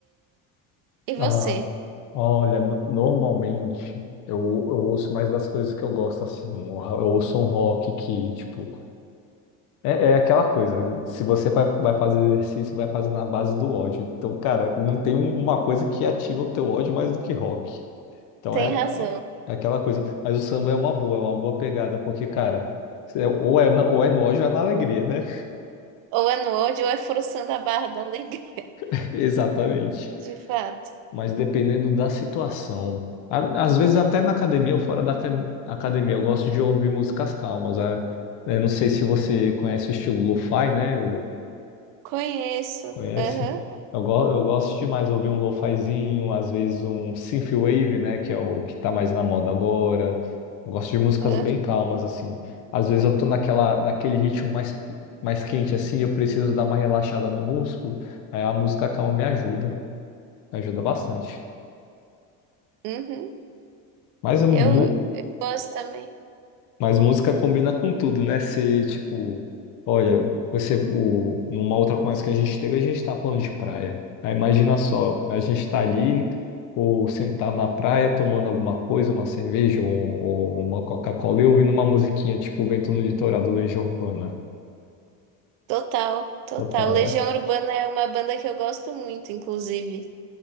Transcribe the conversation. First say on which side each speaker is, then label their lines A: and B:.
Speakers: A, on the right; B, on the left.
A: E você?
B: Ah, olha, no- normalmente eu, eu ouço mais das coisas que eu gosto, assim. Eu, eu ouço um rock que, tipo, é, é aquela coisa. Se você vai, vai fazer exercício, vai fazer na base do ódio. Então, cara, não tem um- uma coisa que ativa o teu ódio mais do que rock. Então
A: Tem
B: é,
A: razão.
B: é, é aquela coisa. Mas o samba é uma boa, é uma boa pegada, porque, cara, é- ou é, na- ou é nojo ou é na alegria, né?
A: Ou é no ódio ou é forçando a barra da alegria,
B: <laughs> Exatamente.
A: <laughs> de fato.
B: Mas dependendo da situação. a- Às vezes até na academia ou fora da aca- academia, eu gosto de ouvir músicas calmas. é. É, não sei se você conhece o estilo lo-fi, né?
A: Conheço.
B: Conhece?
A: Aham.
B: Eu, go eu gosto demais ouvir um lo-fizinho, às vezes um synthwave, né, que é o que tá mais na moda agora. Eu gosto de músicas
A: Ah,
B: bem calmas assim. Às vezes eu tô naquela naquele ritmo mais mais quente assim, eu preciso dar uma relaxada no músculo, aí a música calma me ajuda, me ajuda bastante.
A: uhum.
B: Mas é mu-
A: Eu, eu gosto também.
B: Mas música combina com tudo, né? Se, tipo, olha, você, o, numa outra conversa que a gente teve, a gente tá falando de praia. Aí imagina só, a gente tá ali, ou sentar na praia, tomando alguma coisa, uma cerveja ou, ou uma Coca-Cola, e ouvindo uma musiquinha, tipo, Vento no Litoral, do Legião Urbana.
A: Total, total.
B: Total,
A: Legião
B: né?
A: Urbana é uma banda que eu gosto muito, inclusive.